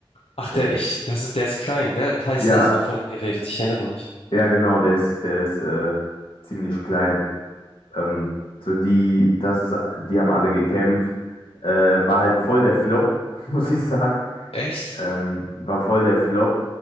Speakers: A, on the left; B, on the left.
A: Ach,
B: Äh,
A: der, ich, das ist, der ist klein, gell? Tyson
B: ja,
A: hatte mal von ihm geredet, ich erinnere mich.
B: ja, genau, der ist, der ist äh, ziemlich klein. Ähm, so die, das ist, die haben alle gekämpft. Äh, war halt voll der Flop, <laughs> muss ich sagen.
A: Echt?
B: Ähm, war voll der Flop,